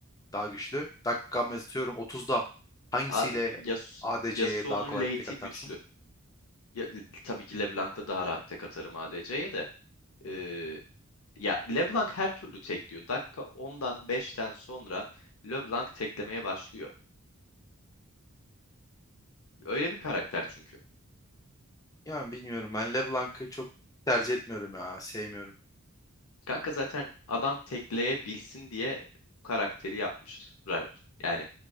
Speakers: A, on the left; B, on the left.
A: daha güçlü. Dakika atıyorum 30'da hangisiyle
B: Abi Yas
A: A D
B: Yasuo'nun
A: C'ye daha kolay
B: late'i
A: tek atarsın?
B: güçlü. Ya, tabii ki LeBlanc'la daha rahat tek atarım ADC'ye de. Ee, ya LeBlanc her türlü tekliyor. Dakika ondan beşten sonra LeBlanc teklemeye başlıyor. Öyle bir karakter çünkü.
A: Yani bilmiyorum. Ben LeBlanc'ı çok tercih etmiyorum ya. Sevmiyorum.
B: Kanka zaten adam tekleyebilsin diye bu karakteri yapmış Riot. Yani